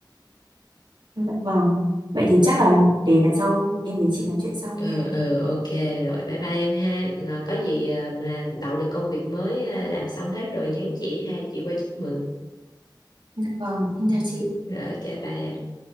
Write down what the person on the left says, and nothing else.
Ừ,
ừ, ok rồi bye bye em ha. Ờ, có gì ờ, mà đậu được công việc mới ờ, làm xong hết rồi nhắn chị ha, chị qua chúc mừng.
Ừ.
Rồi ok bye em.